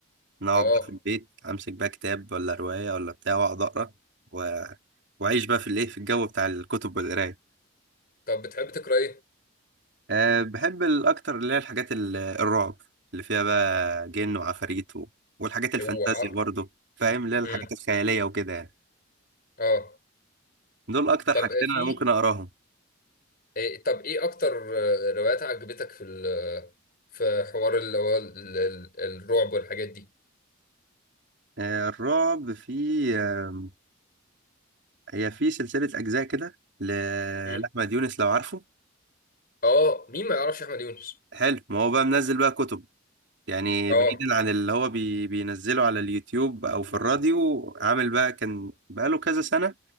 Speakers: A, on the right; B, on the left.
A: نقعد
B: اه
A: بقى في البيت امسك بقى كتاب ولا روايه ولا بتاع واقعد اقرا و... واعيش بقى في الايه في الجو بتاع الكتب والقرايه
B: طب بتحب تقرا ايه؟
A: أه بحب الاكتر اللي هي الحاجات ال- الرعب اللي فيها بقى جن وعفاريت و... والحاجات الفانتازيا
B: اوعى
A: برضو فاهم اللي هي الحاجات
B: امم
A: الخياليه وكده يعني
B: اه
A: دول اكتر
B: طب
A: حاجتين
B: في
A: انا ممكن اقراهم
B: إيه- طب ايه اكتر آه، روايات عجبتك في ال- في حوار اللي هو ال- ال- الرعب والحاجات دي؟
A: آه، الرعب في آم، هي في سلسلة اجزاء كده ل-
B: مم.
A: لاحمد يونس لو عارفه
B: اه مين ما يعرفش احمد يونس
A: حلو ما هو بقى منزل بقى كتب يعني
B: اه
A: بعيدا عن اللي هو بي بينزله على اليوتيوب او في الراديو عامل بقى كان بقاله كذا سنة